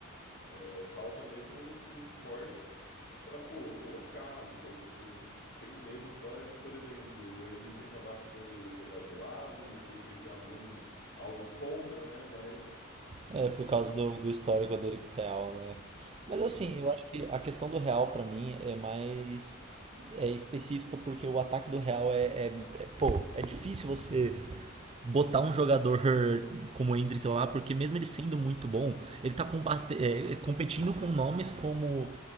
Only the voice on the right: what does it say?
É, por causa do, do histórico dele com o Real, né?
Mas assim,
eu acho que a questão do Real pra mim é mais é específica porque o ataque do Real é, é- é- pô, é difícil você botar um jogador como o Endrick lá, porque mesmo ele sendo muito bom, ele tá combate, é, competindo com nomes como